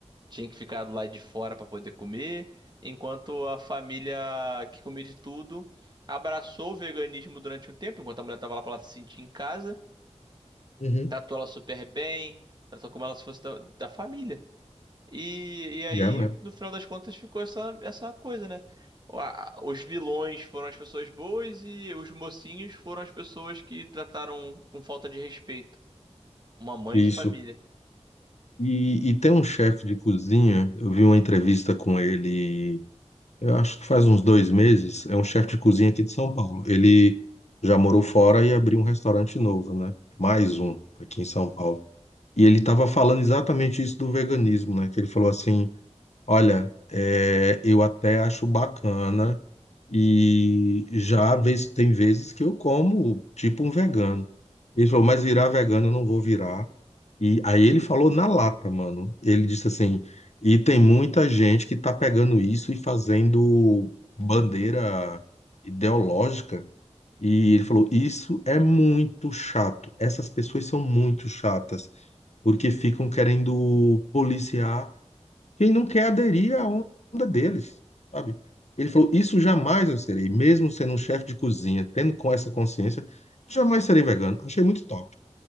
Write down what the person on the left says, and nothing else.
Uhum.
E é mesmo.
Isso.
E, e tem um chefe de cozinha, eu vi uma entrevista com ele Eu acho que faz uns dois meses, é um chefe de cozinha aqui de São Paulo. Ele já morou fora e abriu um restaurante novo, né? Mais um aqui em São Paulo. E ele estava falando exatamente isso do veganismo, né? Que ele falou assim: olha, é, eu até acho bacana e já vez- tem vezes que eu como tipo um vegano. Ele falou, mas virar vegano eu não vou virar. E aí ele falou na lata, mano. Ele disse assim: e tem muita gente que tá pegando isso e fazendo bandeira ideológica. E ele falou: isso é muito chato. Essas pessoas são muito chatas, porque ficam querendo policiar quem não quer aderir à onda deles, sabe? Ele falou: isso jamais eu serei, mesmo sendo um chefe de cozinha, tendo com essa consciência, jamais serei vegano. Achei muito top.